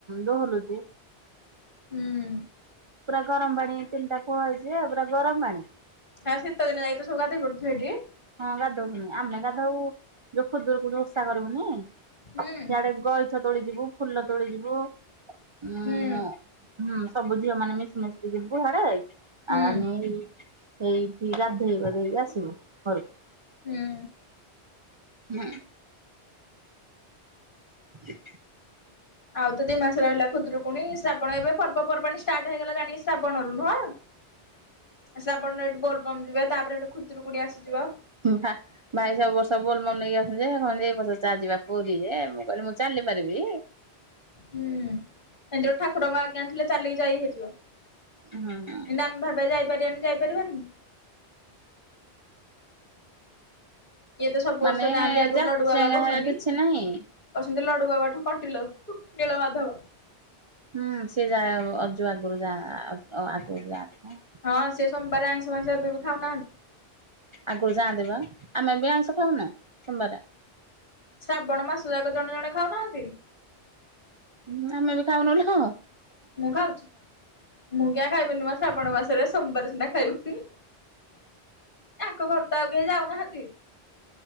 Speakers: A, on the right (about 35°); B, on the left (about 50°).
A: ଦୋହଲୁଛି।
B: ହୁଁ
A: ପୁରା ଗରମ ପାଣି ତିନିଟା କୁହ ହେଇଛି ପୁରା ଗରମ ପାଣି।
B: ହଁ ଶୀତଦିନେ ଯାଇ ତ ସବୁ ଗାଧେଇ ପଡ଼ୁଥିବେ ଏଠି?
A: ହଁ ଗାଧଉଛୁଣି। ଆମେ ଗାଧଉ ଯୋଉ ଖୁଦୁରୁକୁଣୀ ଓଷା କରିବୁନି
B: ହୁଁ
A: ଇଆଡ଼େ ଗଇଛ ତୋଳିଯିବୁ, ଫୁଲ ତୋଳି ଯିବୁ, ଉଁ
B: ହୁଁ
A: ହୁଁ ସବୁ ଝିଅ ମାନେ ମିଶି ମାଶିକି ଯିବୁ ହଡ଼େ,
B: ହୁଁ
A: ଆନି ସେଇଠି ଗାଧେଇ ପାଧେଇକି ଆସିବୁ ଘରକୁ।
B: ହୁଁ
A: ହୁଁ ଜ
B: ଆଉ ତ ଦି ମାସ ରହିଲା ଖୁଦରୁକୁଣୀ ଶ୍ରାବଣ ଏବେ ପର୍ବପର୍ବାଣୀ ଷ୍ଟାର୍ଟ ହେଇଗଲା ଜାଣିକି ଶ୍ରାବଣ ରୁ ନୁହଁ? ଶ୍ରାବଣରେ ଏଠି ବୋଲବମ୍ ଯିବେ ତାପରେ ହେଠୁ ଖୁଦୁରୁକୁଣୀ ଆସିଯିବ।
A: ହଁ ହଁ ଭାଇ ସବୁ ବର୍ଷ ବୋଲ ମନ ନେଇକି ଆସୁଛନ୍ତି ଯେ କହୁଛନ୍ତି ଏଇ ବର୍ଷ ଚାଲ୍ ଯିବା ପୁରୀ ଯେ ମୁଁ କହିଲି ମୁଁ ଚାଲି ପାରିବି?
B: ହୁଁ, ଏମିତି ଠାକୁରଙ୍କ ଆଜ୍ଞା ଥିଲେ ଚାଲିକି ଯାଇ ହେଇଯିବ। ଇନ୍ତି
A: ହୁଁ।
B: ଆମେ ଭାବିବା ଯାଇପାରିବାନି ଯାଇପାରିବାନି ଇଏ ତ ସବୁ
A: ମାନେ
B: ବର୍ଷ ଯାଆନ୍ତି ଆଗରୁ
A: ଯାଚେଙ୍ଗା
B: ଲଡ଼ୁ ବାବା କହୁଛନ୍ତି।
A: ହେରା କିଛି ନାହିଁ।
B: କହୁଛନ୍ତି ଲଡ଼ୁ ବାବାଠୁ କଣ୍ଟିିଲୋ ନୀଳ ମଧବ।
A: ହୁଁ ସିଏ ଯା ଅଜୁ ଆଗରୁ ଯା ଆଗ ଅ ଆଗରୁ ଯାଆନ୍ତି ନା।
B: ହଁ ସିଏ ସୋମବାରେ ଆଇଁଷ ଫାଇଁଷ ଏବେ ବି ଖାଉନାହାନ୍ତି।
A: ଆଗରୁ ଯାଆନ୍ତି ବା ଆମେ ବି ଆଇଁଷ ଖାଉନୁ ସୋମବାରେ।
B: ଶ୍ରାବଣ ମାସ ଯାକ ଜଣେ ଜଣେ ଖାଉନାହାନ୍ତି।
A: ହୁଁ ଆମେ ବି ଖାଉନୁ <inaudible> ହଁ।
B: ମୁଁ ଖାଉଛି ମୁଁ କିଆଁ ଖାଇବିନି ମା ଶ୍ରାବଣ ମାସରେ ସୋମବାର ସିନା ଖାଇବିନି। ୟାଙ୍କ ଘରୁ ତ ଆଉ କେହି ଯାଉନାହାନ୍ତି।